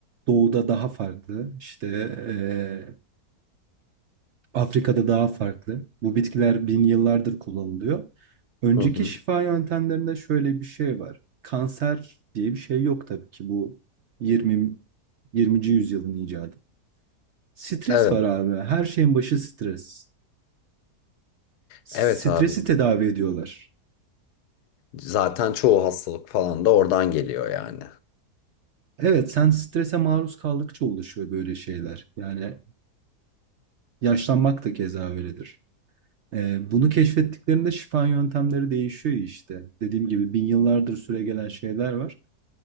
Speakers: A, on the right; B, on the left.
A: doğuda daha farklı. işte eee, Afrika'da daha farklı. Bu bitkiler bin yıllardır kullanılıyor. Önceki
B: Hı hı.
A: şifa yöntemlerinde şöyle bir şey var. Kanser diye bir şey yok tabii ki bu 20 20. yüzyılın icadı. Stres
B: Evet,
A: var abi. Her şeyin başı stres. Stresi
B: evet abi.
A: tedavi ediyorlar.
B: Zaten çoğu hastalık falan da oradan geliyor yani.
A: Evet, sen strese maruz kaldıkça oluşuyor böyle şeyler. Yani yaşlanmak da keza öyledir. Ee, bunu keşfettiklerinde şifa yöntemleri değişiyor işte. Dediğim gibi bin yıllardır süregelen şeyler var.